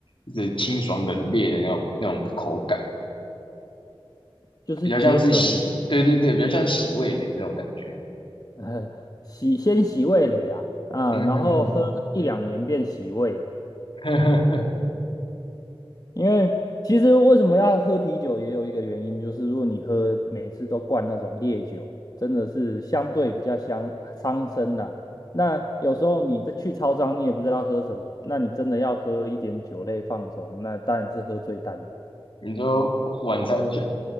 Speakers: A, on the left (about 65°); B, on the left (about 40°).
A: 就是清爽冷冽的那种那种口感，
B: 就是解渴的。
A: 比较像是洗，对对对，比较像洗味蕾这种感觉。
B: <laughs> 呃，洗先洗味蕾啊，啊，
A: 嗯哼
B: 然后喝一两年变洗胃啊。
A: 哼，
B: 因为其实为什么要喝啤酒，也有一个原因，就是如果你喝每次都灌那种烈酒，真的是相对比较伤伤身呐、那有时候你再去超商，你也不知道喝什么，那你真的要喝一点酒类放松，那当然是喝最淡。
A: <laughs> 你说晚餐下